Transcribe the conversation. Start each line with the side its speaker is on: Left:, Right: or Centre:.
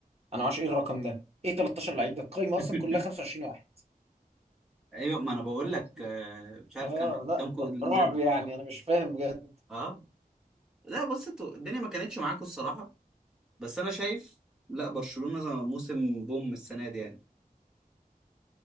Right: أنا ما اعرفش إيه الرقم ده إيه 13 لعيب ده القايمة
Centre: <laughs>
Right: أصلا كلها 25 واحد
Centre: ايوه ما انا بقول
Right: ولا
Centre: لك
Right: خمسة.
Centre: آه، مش عارف
Right: آه
Centre: كان
Right: لا
Centre: قدامكم لا-
Right: رعب يعني أنا مش فاهم بجد
Centre: اه لا بص انتوا الدنيا ما كانتش معاكم الصراحة بس انا شايف لا برشلونة موسم بوم السنة دي يعني